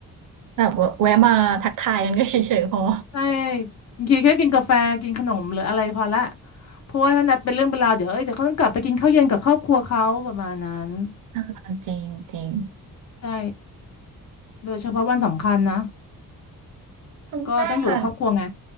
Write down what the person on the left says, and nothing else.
ใช่บางทีแค่กินกาแฟกินขนมหรืออะไรพอละเพราะว่าถ้านัดเป็นเรื่องเป็นราวเดี๋ยวเอ้ยเดี๋ยวเขาต้องกลับไปกินข้าวเย็นกับครอบครัวเขาประมาณนั้น
ใช่โดยเฉพาะวันสำคัญนะ
ก็ต้องอยู่กับครอบครัวไง